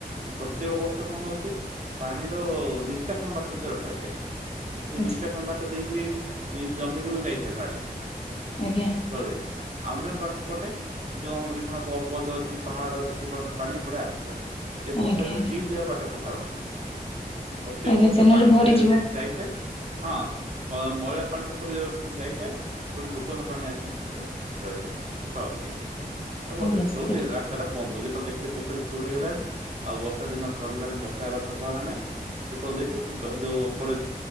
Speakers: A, on the right; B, on the left.
A: ଏ ପ୍ରତ୍ୟେକ ବର୍ଷ କଣ ହଉଛି ପାଣିର ନିଷ୍କାସନ ବାଟ ମଧ୍ୟ ରଖା ହେଇଥାଇଛି। ସେ
B: ଆଚ୍ଛା
A: ନିଷ୍କାସନ ବାଟ ଦେଇକିରି ଜମି ଗୁଡକୁ ଯାଇଥାଏ ପାଣି।
B: ଆଜ୍ଞା
A: ଜଳ ଯାଇଥାଏ। ଅନ୍ୟ ପଟେ ଯୋଉ ଆମର ବିଭିନ୍ନ ପର୍ବତ ଅଛି ପାହାଡ ଅଛି ସେ ପାହା ପାଣି ଏପଟେ ଆସିଥାଏ। ଏ ବର୍ଷା
B: ଆଜ୍ଞା
A: ଦିନେ
B: ଆଜ୍ଞା
A: ଦିଟି ଯାକ ବାଟ ସଫା ରଖିଥାଉ ପ୍ରତ୍ୟେକ
B: ଆଜ୍ଞା
A: ବର୍ଷ
B: ସାର୍ ନହେଲେ
A: ପାଣି
B: ଭରିଯିବ
A: ଯାଇଥାଏ ହଁ। ମଇଳା ପାଣି ସେପଟେ ଯାଇଥାଏ ସେପଟେ ନୂତନ ପାଣି ଆସିକି ସେଥିରେ ରହିଥାଏ ଷ୍ଟପ ହେଇକ। ବର୍ଷା
B: ଆଜ୍ଞା
A: ଶେଷ
B: ସେଠି
A: ହଉ ସେଇ ରାସ୍ତା ଟା ବନ୍ଦ କରିଦଉ ଦେଖିଲି ପୋଖରୀ ଫୁଲ ହେଇଗଲାଣି ଆଉ ବର୍ଷା ଦିନ ସରିଲାଣି ବର୍ଷା ହେବାର ସମ୍ଭାବନା ନାହିଁ ଯାଇକି ଯ ଯୋଉ